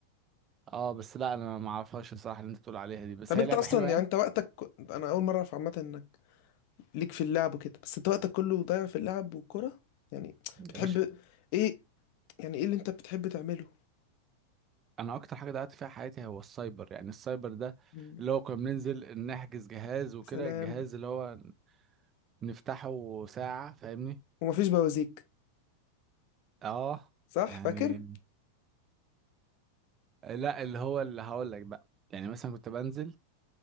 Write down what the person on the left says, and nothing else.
طب
انت
اصلا
يعني
انت وقتك انا اول مره اعرف عامه انك ليك في اللعب وكده بس انت وقتك كله ضايع في اللعب والكره يعني بتحب
ايه يعني ايه اللي انت بتحب تعمله
مم.
سلام
ومفيش بوازيك
صح
فاكر